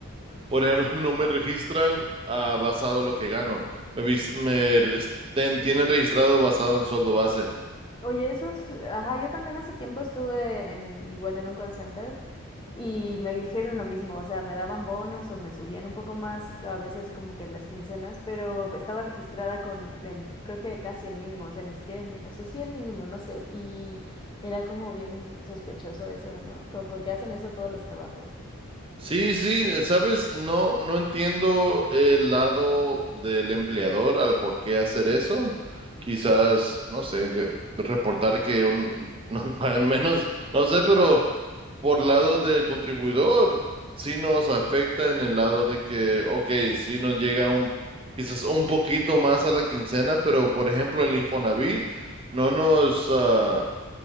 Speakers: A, on the right; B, on the left.
A: por ejemplo, <laughs> no me registran ah, basado en lo que gano. Me, vis- me res- ten- tienen registrado basado en sueldo base.
B: Oye, eso es, ajá, yo también hace tiempo estuve en, igual en un call center y me dijeron lo mismo, o sea, me daban bonos o me subían un poco más, a veces como que las quincenas, pero estaba registrada con el, creo que casi el mínimo, o sea, ni siquiera el mínimo, o sea, sí el mínimo, no sé, y era como bien sospechoso eso, ¿no? Con, con que hacen eso todos los trabajos.
A: Sí, sí, eh, sabes, no, no entiendo el lado del empleador al por qué hacer eso. Quizás, no sé, que- reportar que un- <laughs> nos pagan menos, no sé, pero por lado del contribuidor, sí nos afecta en el lado de que, ok, sí nos llega un, quizás un poquito más a la quincena, pero por ejemplo el Infonavit no nos, ah,